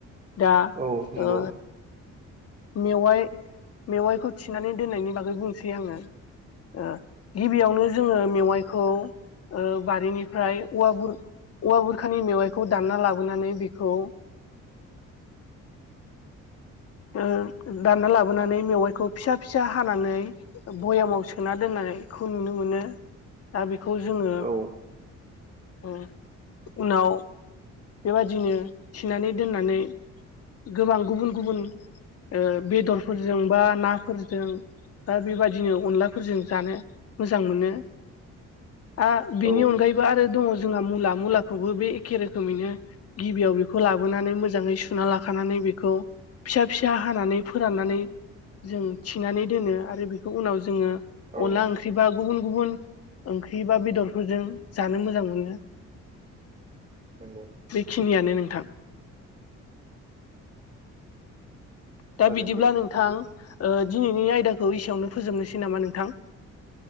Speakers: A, on the left (about 50°); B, on the right (about 25°).
A: दा
B: औ नंगौ
A: ओ मेवाइ मेवाइखौ थिनानै दोननायनि बागै बुंसै आङो। ओ गिबियावनो जोङो मेवाइखौ ओ बारिनिफ्राय औव औवा बुर-बुरखानि मेवाइखौ दानना लाबो नानै बेखौ ओ दानना लाबोनानै मेवाइखौ फिसा फिसा हानानै बयामाव सोना दोननायखौ नुनो मोनो। दा बेखौ जोङो
B: औ
A: उ उनाव बेबादिनो थिनानै दोननानै गोबां गुबुन गुबुन ओ बेदरफोरजों बा नाफोरजों दा बेबादिनो अनलाफोरजों जानो मोजां मोनो। आ बेनि
B: औ
A: अनगायैबो आरो दङ जोंहा मुला, मुलाखौबो बे एखे रोखोमैनो गिबियाव बेखौ लाबोनानै मोजाङै सुना लाखानानै बेखौ फिसा फिसा हानानै फोराननानै जों थिनानै दोनो आरो बेखौ उनाव जोङो
B: औ
A: अनला ओंख्रिबा गुबुन गुबुन ओंख्रि बा बेदरफोरजों जानो मोजां मोनो।
B: नोंगौ।
A: बेखिनियानो नोंथां। दा
B: जागोन
A: बिदिब्ला
B: दे
A: नोंथां ओ दिनैनि आयदाखौ एसेयावनो फोजोबनोसै नामा नोंथां?